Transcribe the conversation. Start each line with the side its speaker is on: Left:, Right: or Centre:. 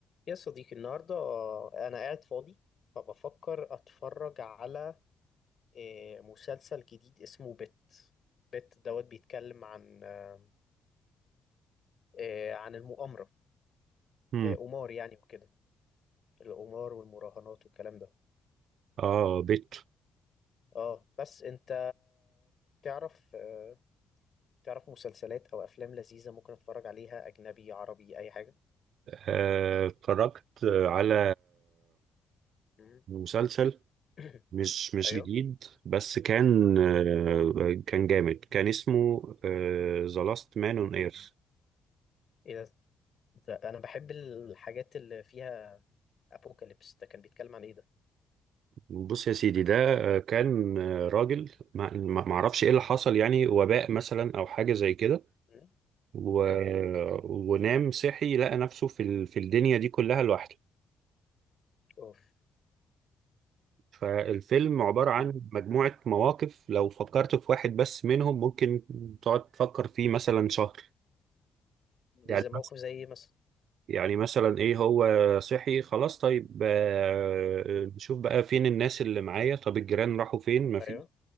Left: يا صديقي النهاردة أنا قاعد فاضي فبفكر أتفرج على آه، مسلسل جديد اسمه بت بت دوت بيتكلم عن آه، آه، عن المؤامرة
Right: مم.
Left: آه، قمار يعني وكده القمار والمراهنات والكلام ده
Right: اه بيت
Left: اه بس أنت تعرف آه، تعرف مسلسلات أو أفلام لذيذة ممكن أتفرج عليها أجنبي عربي أي حاجة
Right: آه، اتفرجت على
Left: مم.
Right: مسلسل
Left: <coughs>
Right: مش مش
Left: <clears throat> أيوه
Right: جديد بس كان آه،
Left: أه.
Right: كان جامد كان اسمه ذا لاست مان اون
Left: مم.
Right: ايرث
Left: إيه ده ده أنا بحب الحاجات اللي فيها ابوكاليبس ده كان بيتكلم عن ايه ده
Right: بص يا سيدي ده آه، كان آه، راجل ما ما- ما اعرفش ايه اللي حصل
Left: مم.
Right: يعني وباء مثلا او حاجة زي كده
Left: مم.
Right: و...
Left: ايوه
Right: ونام صحي لقى نفسه في ال... في الدنيا دي كلها لوحده
Left: اوف
Right: فالفيلم عبارة
Left: مم.
Right: عن مجموعة مواقف لو فكرت في واحد بس منهم ممكن تقعد تفكر فيه مثلا شهر
Left: ده
Right: يعني
Left: زي موقف
Right: مثلا
Left: زي ايه مثلا
Right: يعني مثلا ايه هو صحي خلاص طيب آه،
Left: مم.
Right: نشوف بقى فين الناس اللي معايا طب الجيران راحوا فين مفيش
Left: ايوه